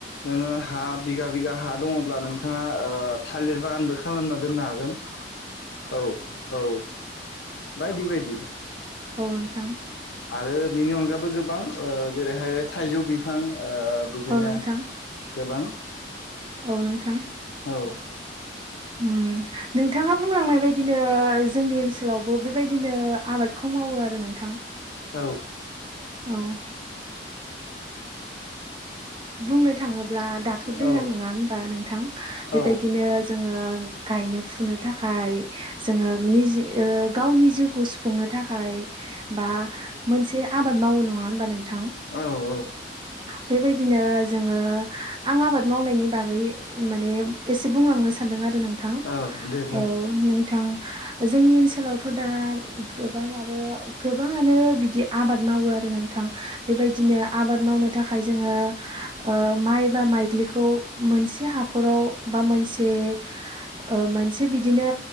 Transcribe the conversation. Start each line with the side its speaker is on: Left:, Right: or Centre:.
Left: नोङो हा बिगा बिगा हा दङब्ला नोंथाङा ओ थालिर बागानबो खालामना दोननो हागोन औ औ बायदि बायदि
Right: औ नोंथां
Left: आरो बेनि अनगाबो गोबां ओ जेरैहाय थाइजौ बिफां ओ बिदिनो
Right: औ नोंथां
Left: गोबां
Right: औ नोंथां
Left: औ
Right: ओम नोंथाङा बुंलांनाय बायदिनो जोंनि ओनसोलावबो बेबायदिनो, आबादखौ मावो आरो नोंथां,
Left: औ,
Right: औ, बुंनो थाङोब्ला दाथ' दैजलां
Left: औ
Right: नङा होनबा नोंथां बेबायदिनो
Left: औ
Right: जोङो गायनो फुनो थाखाय जोङो निजि ओ गावनि जिउखौ सुफुंनो थाख थाखाय बा मोनसे आबाद मावो नङा होनबा नोंथां?
Left: औ औ
Right: बेबायदि बिदिनो जोङो आं आबाद मावनायनि बागै माने एसे बुंलांनो सानदों आरो नोंथां
Left: औ दे बुं
Right: औ नों नोंथां जोंनि ओनसोलावथ' दा गोबां आरो गोबाङानो बिदि आबाद । मावो आरो नोंथां बेबायदिनो आबाद मावनो थाखाय जोङो । ओ माइ बा माइग्लिखौ मोनसे हाखराव बा मोनसे । ओ मोनसे बिदिनो